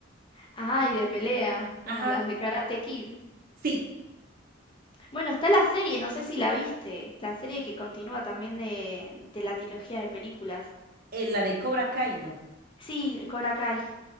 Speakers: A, on the left (about 25°); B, on the right (about 45°).
A: Ay, de pelea, como
B: Ajá,
A: las de Karate Kid.
B: sí,
A: Bueno, está la serie, no sé si la viste, la serie que continúa también de, de la trilogía de películas.
B: eh, la de Cobra Kai, ¿no?
A: Sí, Cobra Kai.